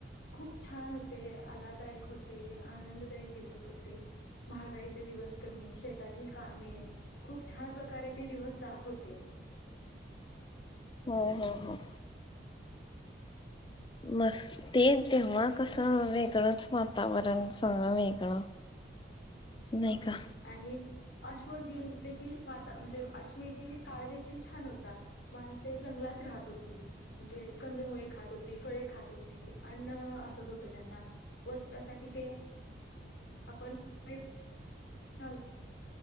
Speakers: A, on the left (about 75°); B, on the left (about 25°).
A: खूप छान होते आलाददायक. होते आनंददायक दिवस होते महाग घाईचे दिवस कमी. शेतातील कामे खूप छान प्रकारे ते दिवस जात होते.
B: हो-हो-हो मस् ते ते नव्ह कसं
A: खूप
B: वेगळंच वातावरण सगळं वेगळं नाही
A: हं
B: का
A: आणि अश्मयुगीन हं आता म्हणजे अक्ष्मयुगीन काळ देखील छान होता. माणसे जंगलात राहात होती म्हणजे कंदमुळे खात होती फळे खात होती अन्न असत होत ते त्यांना वस्त्रासाठी ते आपन ते चल